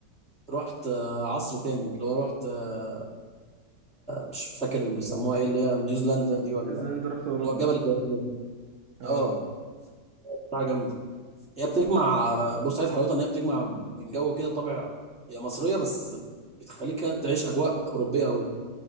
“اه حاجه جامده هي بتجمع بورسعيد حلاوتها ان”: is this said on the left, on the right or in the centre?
Centre